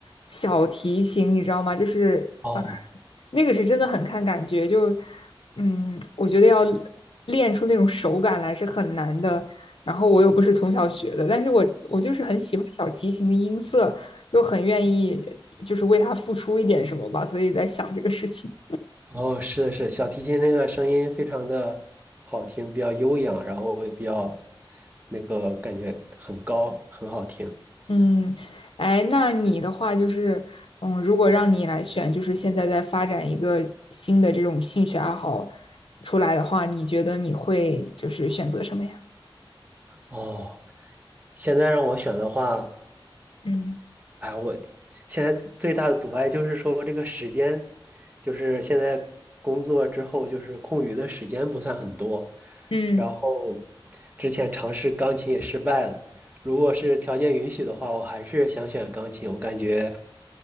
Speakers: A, on the left; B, on the right.
A: 小提琴，你知道吗？就是呃，
B: 哦，
A: 那个是真的很看感觉，就嗯，我觉得要练出那种手感来是很难的。然后我又不是从小学的，但是我我就是很喜欢小提琴的音色，就很愿意就是为他付出一点什么吧，所以在想这个事情。
B: 哦，是的，是的小提琴那个声音非常的好听，比较悠扬，然后也比较那个感觉很高，很好听。
A: 嗯，哎，那你的话就是，嗯，如果让你来选，就是现在在发展一个新的这种兴趣爱好出来的话，你觉得你会就是选择什么呀？
B: 哦，现在让我选的话。
A: 嗯
B: 哎，我现在最大的阻碍就是说这个时间，就是现在工作之后，就是空余的时间不算很多。
A: 嗯
B: 然后之前尝试钢琴也失败了，如果是条件允许的话，我还是想选钢琴。我感觉